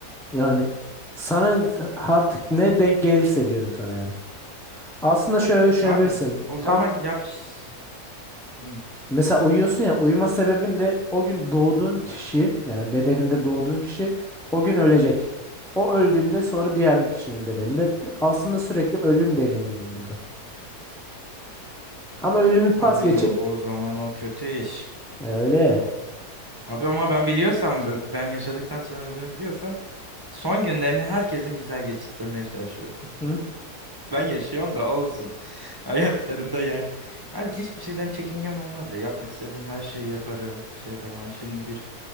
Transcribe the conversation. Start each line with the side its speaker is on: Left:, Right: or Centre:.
Centre: Yani sana z- artık ne denk gelirse diyorum sana yani. Aslında şöyle düşünebilirsin.
Right: Abi z- o zaman
Centre: Tam
Right: yap. ş- Hı.
Centre: mesela uyuyorsun ya uyuma sebebin de o gün doğduğun kişi yani bedeninde doğduğun kişi o gün ölecek. O öldüğünde sonra diğer kişinin bedeninde aslında sürekli ölüm deneyimliyorum burada. Ama ölümü pas
Right: Abi
Centre: geçip
Right: o zaman o kötü iş.
Centre: E, öyle.
Right: Abi ama ben biliyorsam bu- ben yaşadıktan sonra öldüğümü biliyorsam son günlerini herkesin güzel geçirtmeye çalışıyorum.
Centre: Hı?
Right: Ben yaşıyorum da olsun. <laughs> Hayatlarında yani. Abi hiçbir şeyden çekingem olmaz ya. Yapmak istediğim her şeyi yaparım. Şey yaparım. Hani şimdi bir